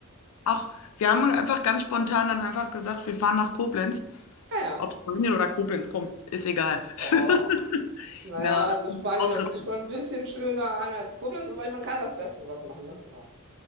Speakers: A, on the left; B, on the right.
A: Ach, wir haben einfach ganz spontan dann einfach gesagt, wir fahren nach Koblenz.
B: Naja.
A: Ob Spanien oder Koblenz, komm, ist egal.
B: Oh.
A: <laughs>
B: Naja,
A: Na, und
B: also
A: dann haben
B: Spanien
A: wir einen Roadtrip.
B: hört sich schon ein bisschen schöner an als Koblenz, aber man kann das Beste draus machen, ne? Ja.